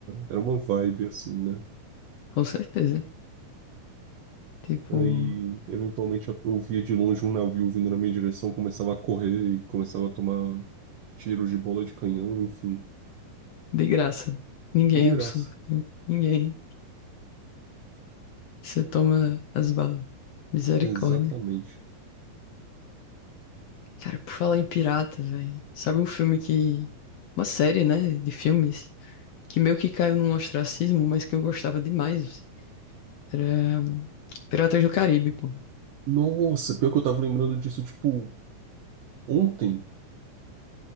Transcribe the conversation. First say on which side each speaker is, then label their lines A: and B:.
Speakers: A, on the right; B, on the left.
A: era uma vibe, assim, né?
B: com certeza. Tipo.
A: Aí, eventualmente, eu via de longe um navio vindo na minha direção, começava a correr e começava a tomar tiros de bola de canhão, enfim,
B: De graça. Ninguém,
A: de
B: absolutamente
A: graça.
B: ninguém. Você toma as balas. Misericórdia.
A: Exatamente.
B: Cara, por falar em pirata, velho. Sabe um filme que. Uma série, né? De filmes. Que meio que caiu num ostracismo, mas que eu gostava demais. Era. Piratas do Caribe, pô.
A: Nossa, pior que eu tava lembrando disso, tipo, ontem,